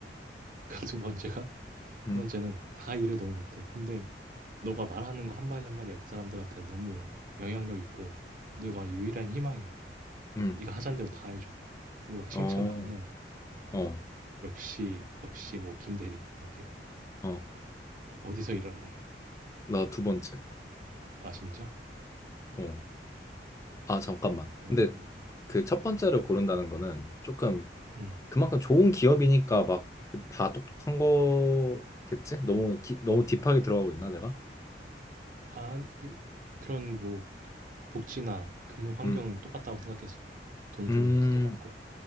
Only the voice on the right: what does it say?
<laughs> 그두 번째가 두
번째는 다 일을 너무 못해. 근데 너가 말하는 거 한마디 한마디가 그 사람들한테 너무 영향력 있고 너가 유일한 희망이야.
네가 하자는 대로 다 해줘. 그리고 막 칭찬
겁나 해줘.
역시 역시 뭐 김대리 이렇게
어디서 일할래?
아 진짜?
어,
음.
아, 그- 그런 뭐 복지나 근무 환경은
똑같다고 생각했을 때. 돈
주는 것도 똑같고.